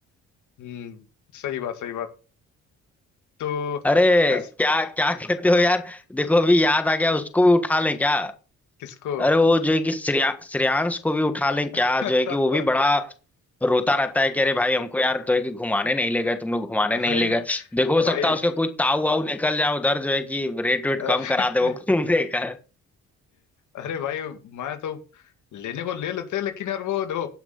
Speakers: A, on the left; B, in the centre.
A: हम्म सही बात सही बात तो
B: अरे
A: ऐस
B: क्या क्या कहते हो यार देखो अभी याद आ गया उसको भी उठा लें क्या
A: किसको
B: अरे वो जो है कि श्रेया श्रेयांश को भी उठा लें क्या
A: <laughs>
B: जो है कि वो भी बड़ा रोता रहता है कि अरे भाई हमको यार तो है कि घुमाने नहीं ले गए तुम लोग घुमाने
A: भाई
B: नहीं ले गए देखो हो सकता
A: भाई
B: है उसके कोई ताऊ वाऊ निकल जाए उधर जो है कि रेट वेट
A: अरे
B: कम करा दे वो घूमने
A: <laughs>
B: का
A: अरे भाई मैं तो लेने को ले लेते लेकिन यार वो देखो